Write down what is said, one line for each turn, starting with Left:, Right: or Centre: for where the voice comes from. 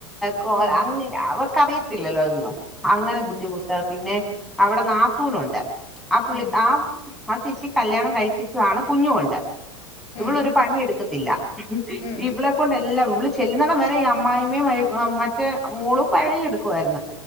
Centre: കോലം
Left: ഉം
Centre: അങ്ങനെ അവ കറിയത്തില്ലല്ലോ ഒന്നും അങ്ങനെ
Left: ഉം
Centre: ബുദ്ധിമുട്ട്
Left: ഉം
Centre: പിന്നെ അവിടെ നാത്തൂനുണ്ട് ആ പുള്ളി
Left: ഉം
Centre: ആ ആ ചേച്ചി കല്യാണം കഴിപ്പിച്ചാണ് കുഞ്ഞുണ്ട്
Left: ഉം
Centre: ഇവൾ ഒരു പണി എടുക്ക ത്തില്ല
Left: ഉം
Centre: ഇവളെ കൊണ്ട് എല്ലാം ഇവള് ചെല്ലുന്നടം വരെ ഈ അമ്മായി അമ്മേയും മറ്റേ മോളും പണിയെടുക്കുമായിരുന്നു